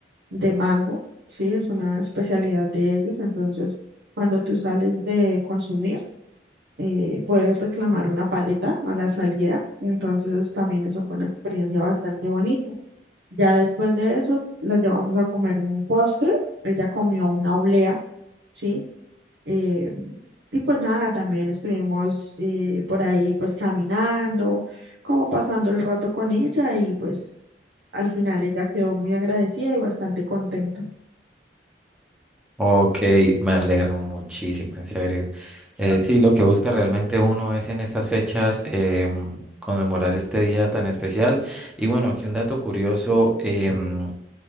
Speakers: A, on the right; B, in the centre.
A: de mango, ¿sí? Es una especialidad de ellos. Entonces, cuando tú sales de consumir, eh, puedes reclamar una paleta a la salida, entonces también eso fue una experiencia bastante bonita. Ya después de eso, la llevamos a comer un postre, ella comió una oblea, ¿sí? Eh, y pues nada, también estuvimos eh, por ahí pues caminando, como pasando el rato con ella y pues al final ella quedó muy agradecida y bastante contenta.
B: Ok, me alegra muchísimo, en serio. Eh, Claro. sí, lo que busca realmente uno es en estas fechas em, conmemorar este día tan especial. Y bueno, aquí un dato curioso. em,